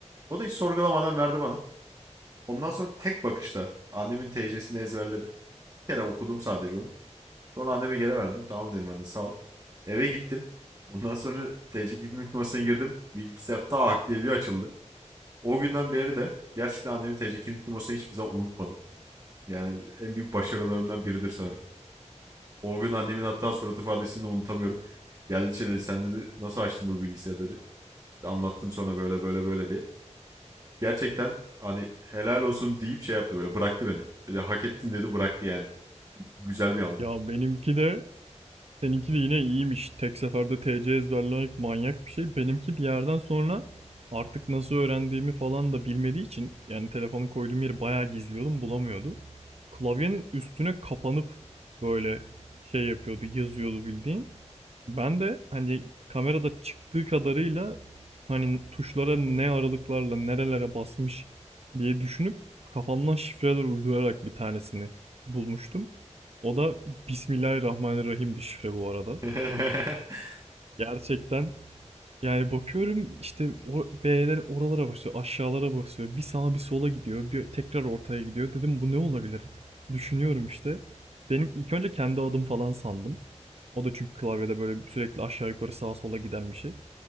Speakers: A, on the right (about 30°); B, on the right (about 55°).
A: O da hiç sorgulamadan verdi bana. Ondan sonra tek bakışta annemin TC'sini ezberledim. Bir kere okudum sadece onu. Sonra anneme geri verdim. Tamam dedim anne sağ ol. Eve gittim. Ondan sonra TC kimlik numarasına girdim. Bilgisayar tak diye bir açıldı. O günden beri de gerçekten annemin TC kimlik numarasını hiçbir zaman unutmadım. Yani en büyük başarılarımdan biridir sanırım. O gün annemin hatta surat ifadesini de unutamıyorum. Geldi şey dedi sen dedi nasıl açtın bu bilgisayarı dedi. İşte anlattım sonra böyle böyle böyle diye. Gerçekten hani helal olsun deyip şey yaptı böyle bıraktı beni. Dedi hak ettin dedi bıraktı yani. Çok güzel bir andı.
B: Ya benimki de Seninki de yine iyiymiş. Tek seferde TC ezberlemek manyak bir şey. Benimki bir yerden sonra artık nasıl öğrendiğimi falan da bilmediği için yani telefonu koyduğum yeri bayağı gizliyordum bulamıyordu. Klavyenin üstüne kapanıp böyle şey yapıyordu yazıyordu bildiğin. Ben de hani kamerada çıktığı kadarıyla hani tuşlara ne aralıklarla nerelere basmış diye düşünüp kafamdan şifreler uydurarak bir tanesini bulmuştum. O da Bismillahirrahmanirrahim'di şifre bu arada.
A: <laughs>
B: Gerçekten yani bakıyorum işte o, B'ler oralara basıyor, aşağılara basıyor. Bir sağa bir sola gidiyor, bir tekrar ortaya gidiyor. Dedim bu ne olabilir? Düşünüyorum işte. Benim ilk önce kendi adım falan sandım. O da çünkü klavyede böyle sürekli aşağı yukarı sağa sola giden bir şey.